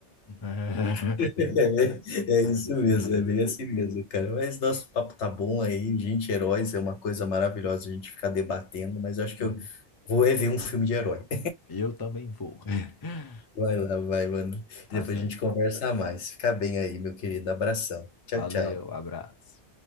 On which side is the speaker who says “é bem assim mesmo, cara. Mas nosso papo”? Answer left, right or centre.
Left